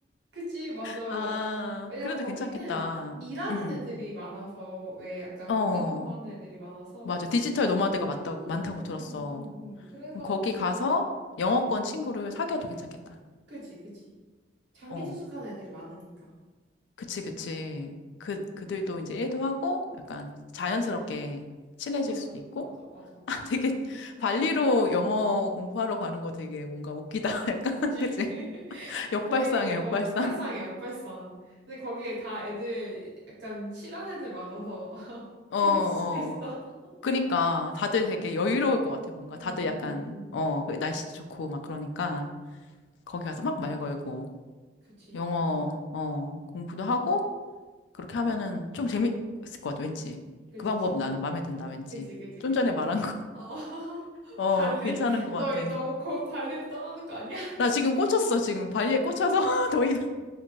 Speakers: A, on the right; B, on the left.
A: 그치, 맞아.
B: 아,
A: 왜냐면
B: 그래도
A: 거기는
B: 괜찮겠다.
A: 일하는
B: 음,
A: 애들이 많아서, 왜 약간
B: 어,
A: 원격 근무하는 애들이 많아서,
B: 맞아. 디지털 노마드가 맞다,
A: 응,
B: 많다고
A: 응, 응,
B: 들었어.
A: 응, 응, 응. 그래가지고,
B: 거기 가서 영어권 친구를 사귀어도 괜찮겠다.
A: 그치, 그치. 장기
B: 어,
A: 투숙하는 애들이 많으니까.
B: 그치, 그치. 그, 그들도 이제 일도 하고 약간 자연스럽게 친해질
A: 맞아,
B: 수도 있고.
A: 맞아, 맞아.
B: <laughs> 아, 되게 발리로 영어 공부하러 가는 거 되게 뭔가 웃기다. <laughs> 약간,
A: 그치.
B: 그치?
A: <laughs>
B: 역발상이야,
A: 거의, 어,
B: 역발상.
A: 역발상이야, 역발상. 근데 거기에 다 애들, 약간 칠한 애들 많아서, <laughs>
B: 어,
A: 재밌을
B: 어.
A: 수도 있어. <laughs>
B: 그니까 다들
A: 그치.
B: 되게 여유로울 것 같아. 뭔가
A: 응,
B: 다들
A: 응,
B: 약간,
A: 응, 응.
B: 어, 그 날씨도 좋고 막 그러니까 거기 가서 막 말 걸고
A: 그치,
B: 영어,
A: 맞아.
B: 어, 공부도 하고 그렇게 하면은 좀 재밌을 것 같아, 왠지.
A: 그치,
B: 그 방법
A: 재밌을
B: 나는
A: 것
B: 마음에
A: 같아.
B: 든다, 왠지.
A: 그치, 그치,
B: 좀
A: 그치.
B: 전에 말한 거.
A: 어, <laughs>
B: 어,
A: 발리,
B: 괜찮은 것
A: 너,
B: 같아.
A: 너, 곧 발리로 떠나는 거 아니야? <laughs>
B: 나 지금 꽂혔어, 지금. 발리에 꽂혀서 <laughs> 더 이상